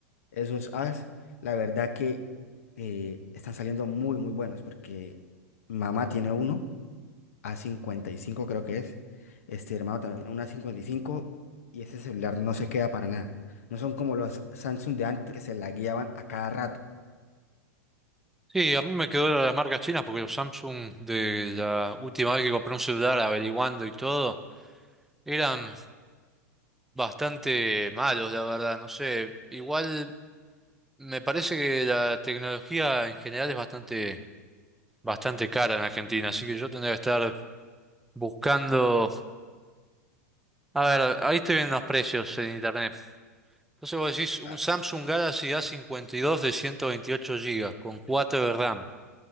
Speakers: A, on the left; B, in the centre.
A: esos As, la verdad que eh, están saliendo muy, muy buenos porque mamá tiene uno a cincuenta y cinco creo que es. Este hermano también un A55 y cinco y ese celular no se queda para nada. No son como los Samsung de antes que se la guiaban a cada rato.
B: Sí, a mí me quedó la las marcas chinas porque los Samsung de la última vez que compré un celular averiguando y todo eran bastante malos, la verdad. No sé, igual me parece que la tecnología en general es bastante, bastante cara en Argentina, así que yo tendría que estar buscando. A ver, ahí estoy viendo los precios en internet. Entonces vos decís un
A: Ah,
B: Samsung Galaxy a cincuenta y dos de 128 gigas con 4 de RAM.